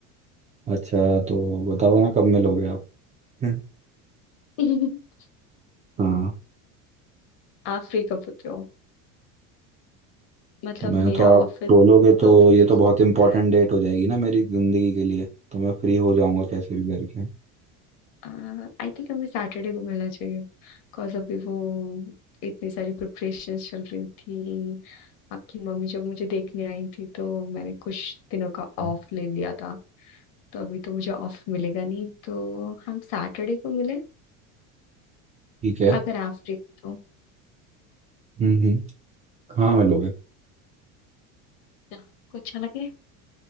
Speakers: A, on the right; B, on the left.
A: अच्छा तो बताओ ना कब मिलोगे आप <laughs>
B: <laughs>
A: हाँ
B: आप फ्री कब होते हो मतलब
A: मैं
B: मेरा
A: तो आप
B: ऑफिस
A: बोलोगे तो
B: दो वीकडेज
A: ये तो बहुत
B: पे
A: इंपॉर्टेंट
B: होता है
A: डेट हो जाएगी ना मेरी जिंदगी के लिए तो मैं फ्री हो जाऊंगा कैसे भी करके
B: आई थिंक हमें सैटरडे को मिलना चाहिए बिकॉज अभी वो इतनी सारी प्रिपरेशन चल रही थी आपकी मम्मी जब मुझे देखने आई थी तो मैंने कुछ दिनों का ऑफ
A: हम्म,
B: ले लिया था तो अभी तो मुझे ऑफ मिलेगा नहीं तो हम सैटरडे को मिले
A: ठीक है
B: अगर आप फ्री हो तो
A: हम्म हम्म कहाँ मिलोगे
B: जहाँ आपको अच्छा लगे